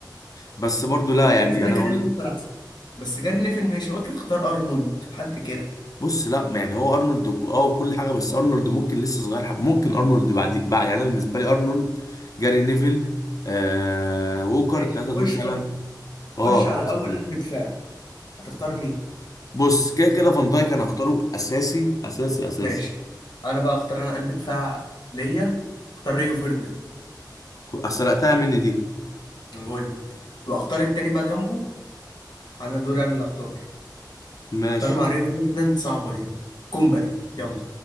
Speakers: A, on the left; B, on the left.
A: بس برضو
B: وبالنسبة
A: لا يعني
B: لي
A: انا
B: كان
A: اقول
B: بوكر أحسن بس جاري نيفل ماشي أنا قلت تختار أرنولد حد كده
A: بص لا يعني هو ارنولد وك- اه وكل حاجه بس ارنولد ممكن لسه صغير حب. ممكن ارنولد بعد بعد يعني انا بالنسبه لي ارنولد جاري نيفل آه ووكر
B: ماشي
A: الثلاثه دول
B: خش
A: فعلا
B: طب
A: اه
B: خش على
A: احسن
B: أول
A: تلاتة.
B: قلب دفاع هتختار مين؟
A: بص كده كده فان دايك انا هختاره اساسي اساسي اساسي
B: ماشي أنا بقى أختار أنا قلب دفاع ليا أختار ريو فيرديناند
A: كو- سرقتها مني دي
B: أنا بقول لك وأختار التاني بقى جنبه أنا دوري أنا اللي أختار
A: ماشي
B: أختار مع ريو فيرديناند صعبة دي كومباني يلا